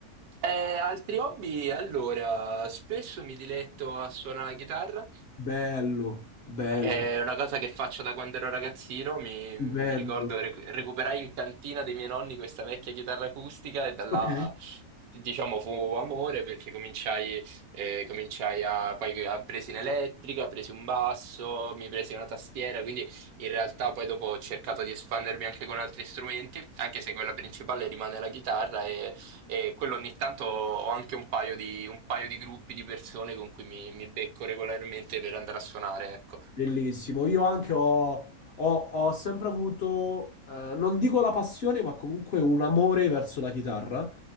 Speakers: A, on the right (about 80°); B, on the left (about 60°).
A: Eh, altri hobby? Allora, spesso mi diletto a suonare la chitarra.
B: Bello, bello,
A: È una cosa che faccio da quando ero ragazzino, mi, mi
B: bello.
A: ricordo recu- recuperai in cantina dei miei nonni questa vecchia chitarra acustica e da là,
B: Ok.
A: diciamo, fu amore perché cominciai, eh, cominciai a, poi a presi in elettrica, presi un basso, mi presi una tastiera, quindi in realtà poi dopo ho cercato di espandermi anche con altri strumenti, anche se quella principale rimane la chitarra e, e quello ogni tanto ho anche un paio di, un paio di gruppi di persone con cui mi, mi becco regolarmente per andare a suonare, ecco.
B: Bellissimo. Io anche ho, ho- ho sempre avuto, eh, non dico la passione, ma comunque un amore verso la chitarra